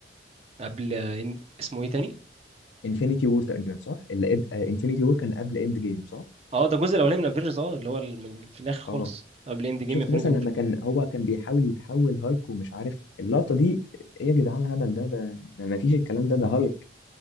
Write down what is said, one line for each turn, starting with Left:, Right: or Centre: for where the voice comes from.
Right: قبل إن... اسمه ايه تاني
Left: انفينيتي وور تقريبا صح؟ اللي انفينيتي وور كان قبل اند جيم صح؟
Right: اه ده الجزء الاولاني من افنجرز اه اللي هو ال- من في الاخر خالص
Left: اه
Right: قبل اند جيم
Left: شفت
Right: انفينيتي
Left: مثلا
Right: وور
Left: لما كان هو كان بيحاول يتحول هالك ومش عارف اللقطة دي ايه يا جدعان الهبل ده ده ده ما فيش الكلام ده ده هالك